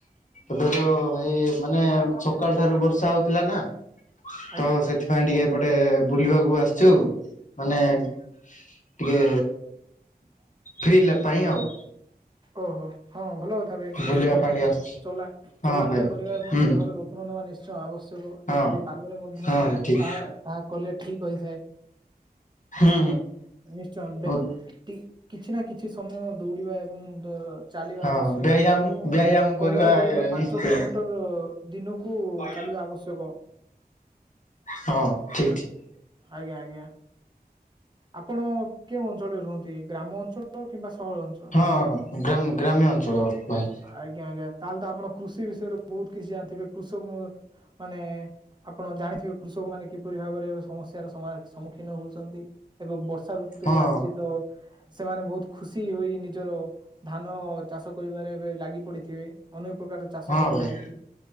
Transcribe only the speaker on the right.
ଆଜ୍ଞା
ହଁ <inaudible>
ଓହୋ ହଁ ଭଲ କଥା ନିଶ୍ଚୟ
ନିଶ୍ଚୟ
ଚଲା।
ଚଲାବୁଲା
କରିବା ଏବଂ
ଦେହର ଯତ୍ନ ନବା ନିଶ୍ଚୟ ଆବଶ୍ୟକ
ଏଭଳି ପାଗରେ ମଧ୍ୟ
ତାହା ତାହା କଲେ ଠିକ ହୋଇଥାଏ
ନିଶ୍ଚୟ ବେ
ଟି କିଛି ନା କିଛି ସମୟ ଦୌଡିବା ଏବଂ ଦ ଚାଲିବା
ଆବଶ୍ୟକ
ମିନିମମ୍
କହିବାକୁ ଗଲେ ତ ପାଞ୍ଚ
କିଲୋମିଟର ଦିନକୁ କୁ
ଚାଲିବା ଆବଶ୍ୟକ।
ଆଜ୍ଞା ଆଜ୍ଞା। ଆପଣ କେଉଁ ଅଞ୍ଚଳରେ ରୁହନ୍ତି ଗ୍ରାମ ଅଞ୍ଚଳ କିମ୍ବା ସହର ଅଞ୍ଚଳ?
ଆଜ୍ଞା ଆଜ୍ଞା ତାହେଲେ ତ ଆପଣ କୃଷି ବିଷୟରେ ବହୁତ କିଛି ଜାଣିଥିବେ କୃଷକ ମୁଁ ମାନେ ଆପଣ ଜାଣିଥିବେ କୃଷକ ମାନେ କିପରି ଭାବରେ ସମସ୍ୟାର ସମା ସମ୍ମୁଖୀନ ହଉଛନ୍ତି ଏବଂ ବ ର୍ଷା ଋତୁ
ଏବେ ଆସିଛି ତ ସେମାନେ ବହୁତ ଖୁସି ହୋଇ ନିଜର ଧାନ ଚାଷ କରିବାରେ ଏବେ ଲାଗି ପଡ଼ିଥିବେ ଅନେକ ପ୍ରକାର ଚାଷ
ମଧ୍ୟ
ହଉଛି।